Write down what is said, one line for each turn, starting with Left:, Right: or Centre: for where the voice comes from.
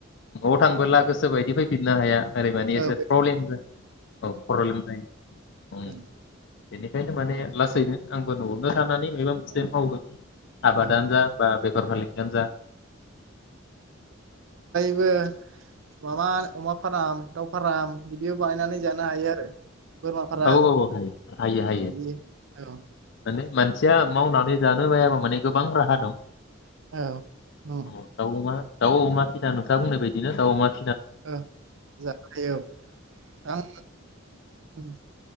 Left: न'आव थांबोला
Right: औ
Left: गोसोबायद बेबायदि फैफिननो हाया। आरै माने
Right: औ
Left: एसे। <unintelligible> औ प्रब्लेम जायो ओम
Right: औ
Left: बेनिखायनो माने। लासैनो। आंबो न'आवनो थानानै माबा मोनसे
Right: औ
Left: मावगोन आबादानो
Right: औ
Left: जा, बा बेफार-फालांगियानो जा।
Right: बो माबा अमा फाराम, दाउ फाराम बिदिबो बानायनानै जानो हायो आरो। बोरमा फाराम
Left: औ औ हायो हायो हायो
Right: इदि औ।
Left: माने मानसिया मावनानै जानो बायाबा माने गोबां राहा दं।
Right: औ औ
Left: ओम दाव-अमा दाव-अमा फिसिनानै नोंथाङा बुंनाय बादि। <unintelligible>
Right: औ जाखायो औ आं ओम।